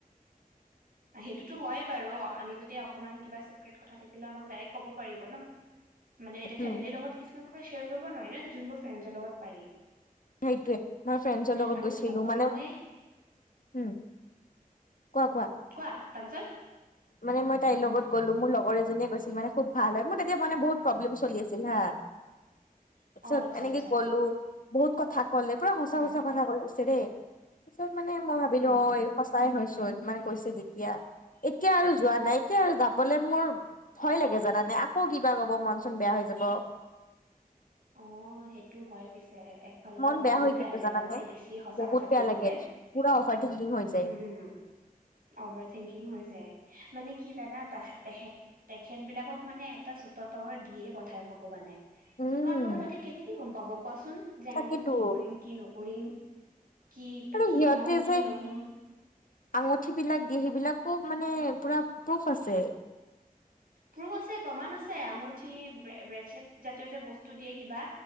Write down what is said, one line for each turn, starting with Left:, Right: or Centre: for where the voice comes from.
Right: এ সেইটোতো হয়ে বাৰু। অ'- আমি যদি অকণমান কিবা ছিক্ৰেট কথা থাকিলেও আমাক ডাইৰেক্ট ক'ব পাৰিব ন'। মানে এতিয়া ফেমিলিৰ
Left: উম
Right: লগত কিছুমান কথা শ্বেয়ৰ কৰিব নোৱাৰি ন', তো যোনবোৰ ফ্ৰেণ্ডছৰ লগত পাৰি।
Left: সেইটোৱে, মই ফ্ৰেণ্ডছৰ লগত
Right: আৰু
Left: গৈছিলোঁ।
Right: ভগৱানে
Left: মানে মো- উম। কোৱা, কোৱা।
Right: তাৰপিছত?
Left: মানে মই তাইৰ লগত গ'লো। মোৰ লগৰ এজনীয়ে গৈ, মানে খুব ভাল হয়। মোৰ তেতিয়া মানে বহুত প্ৰব্লেম চলি আছিল হা।
Right: <inaudible>
Left: তাপিছত
Right: অ আচ্ছা
Left: এনেকে
Right: আচ্ছা
Left: গ'লো। বহুত কথা কলে, পুৰা সঁচা-সঁচা
Right: উম
Left: কথা কয়। <unintelligible> দেই। তাৰপিছত মানে মই ভাবিলো
Right: হম
Left: অ এই সঁচাই হয়চোন মানে কৈছে যেতিয়া। এতিয়া আৰু যোৱা নাই। এতিয়া আৰু যাবলৈ মোৰ ভয় লাগে জানা নে। আকৌ কিবা কব মন চোন বেয়া হৈ যাব।
Right: অ, সেইটো হয় পিছ <unintelligible> একফালৰ
Left: মন
Right: পৰা মনো
Left: হৈ
Right: বেয়া
Left: কিন্তু
Right: লাগে জানানে, বেছি সঁচা
Left: বহুত
Right: কথা
Left: বেয়া
Right: কৈ
Left: লাগে
Right: দিলে।
Left: পুৰা অভাৰ থিংকিং হৈ যায়
Right: হুম। উম অভাৰ থিংকিং হৈ যায়। মানে কি জানা? তাহাঁত তেখেত তেখেত বিলাকক মানে এটা ছুপাৰ পাৱাৰ দিয়ে পঠাই ভগবানে।
Left: উম
Right: কাৰণ নহবা তাহাঁতে কেনেকে গম পাব কোৱাচোন যে
Left: তাকেতো
Right: আমি কি কৰিম কি নকৰিম। কি
Left: আৰু
Right: কি
Left: সিহঁতে
Right: হ'ম কি
Left: যে
Right: নহ'ম
Left: আঙুঠি বিলাক দিয়ে। সেইবিলাকো মানে পুৰা প্ৰুফ আছে।
Right: প্ৰুফ আছে, প্ৰমাণ আছে। আঙুঠি, ব্ৰেচলেট জাতীয় যে বস্তু দিয়ে কিবা।